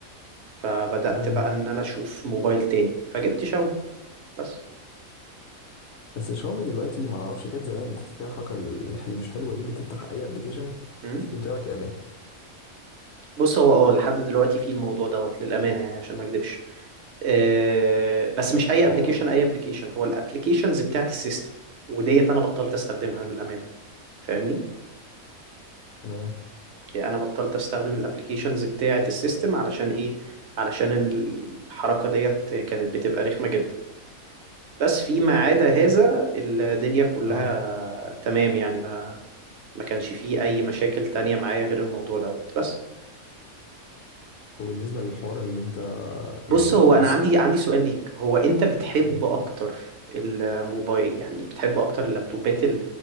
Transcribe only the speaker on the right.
فبدأت
بقى ان انا اشوف موبايل تاني فجبت شاومي بس
مم.
بص هو اه لحد دلوقتي في الموضوع دوت للأمانة يعني عشان ما اكدبش آه، بس
مش اي
ابلكيشن
اي ابلكيشن هو الابلكيشنز بتاعت السيستم وديت انا بطلت استخدمها للامانه فاهمني
يعني انا بطلت استخدم الابلكيشنز بتاعت السيستم علشان ايه علشان الحركه ديت كانت بتبقى رخمه جدا بس فيما عدا هذا
الدنيا كلها
تمام يعني ما ما كانش فيه أي مشاكل تانية معايا غير الموضوع دوت بس
بص هو
أنا عندي عندي سؤال ليك هو أنت بتحب
أكتر الموبايل يعني بتحب أكتر اللابتوبات ال...